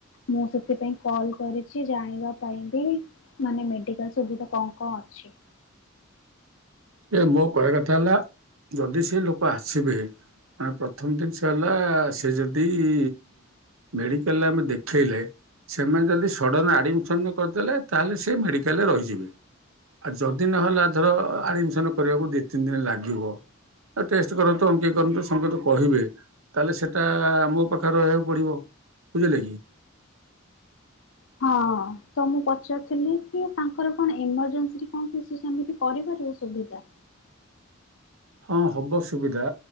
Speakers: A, on the left (about 65°); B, on the right (about 80°).
A: ମୁଁ ସେଥିପାଇଁ କଲ କରିଛି ଜାଣିବା ପାଇଁ ବି ମାନେ ମେଡିକାଲ ସୁବିଧା କଣ କଣ ଅଛି?
B: ଏ ମୋ କହିବା କଥା ହେଲା ଯଦି ସେ ଲୋକ ଆସିବେ ଆଁ ପ୍ରଥମ ଜିନିଷ ହେଲା ସେ ଯଦି ଇ ମେଡିକାଲରେ ଆମେ ଦେଖେଇଲେ ସେମାନେ ଯଦି ସଡ଼ନ ଆଡ଼ମିସନ୍ କରିଦେଲେ ତାହେଲେ ସେ ମେଡ଼ିକାଲରେ ରହିଯିବେ ଆଉ ଯଦି ନହେଲା ଧର ଆଡ଼ମିସନ୍ କରିବାକୁ ଦି ତିନି ଦିନ୍ ଲାଗିବ ଆ ଟେଷ୍ଟ କରନ୍ତୁ ଅମୂକେଇ କରନ୍ତୁ ସେମିତି ତ କହିବେ ତାହେଲେ ସେଟା ମୋ ପାଖରେ ରହିବାକୁ ପଡ଼ିବ ବୁଝିଲେ କି
A: ହଁ ତ ମୁଁ ପଚାରୁଥିଲି କି ତାଙ୍କର କଣ ଏମରଜେନ୍ସିରେ କଣ କିଛି ସେମିତି କରିପାରିବେ ସୁବିଧା
B: ହଁ ହବ ସୁବିଧା।